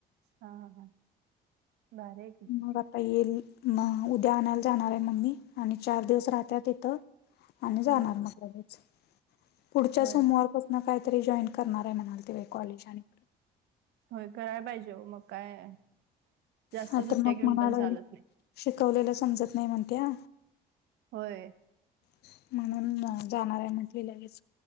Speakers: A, on the right (about 80°); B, on the left (about 75°).
A: हा. हा. भारी हाय कि.
B: मग आता येईल म उद्या आणायला जाणार हाय मम्मी आणि चार दिवस राहत्या तथं. आणि जाणार
A: हम्म.
B: मग लगेच पुढच्या
A: होय
B: सोमवार- - पसनं काहीतरी जॉईन करणार हाय म्हणालती बाई कॉलेज आणि परत.
A: होय करायला पाहिजे ओ. मग काय जास्त
B: हा
A: सुट्ट्या
B: तर मग
A: घेऊन
B: म्हणाय
A: पण
B: लागली
A: चालत नाही.
B: शिकवलेलं समजत नाही म्हणत्या.
A: होय.
B: हं. म्हणून जाणार हाय म्हटली लगेच.